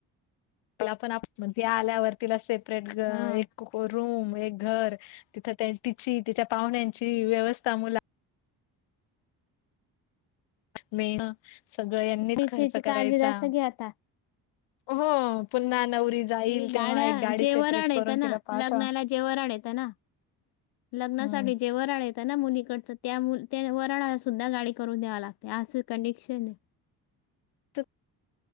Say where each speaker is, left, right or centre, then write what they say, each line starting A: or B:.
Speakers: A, on the left (about 75°); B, on the left (about 60°).
A: तीला पण आप ती आल्यावर तिला सेपरेट ग
B: हा
A: एक रूम एक घर तिथ तिची तिच्या पाहुण्याची व्यवस्था मुला मे सगळ यांनीच
B: तिची
A: खर्च करायचा.
B: काळजी जास्त घ्या आता.
A: हो पुन्हा नवरी जाईल
B: जे
A: तेव्हा
B: गाड्या
A: एक गाडी
B: जे
A: सेपरेट
B: वराड येत
A: करून तिला
B: ना
A: पाठवा.
B: लग्नाला जे वराड येत ना लग्नासाठी
A: हम्म
B: जे वराड येत ना मुलीकडच त्या मु त्या वराडाला सुद्धा गाडी करून द्यावी लागते. अस कंडिशन आहे.
A: तू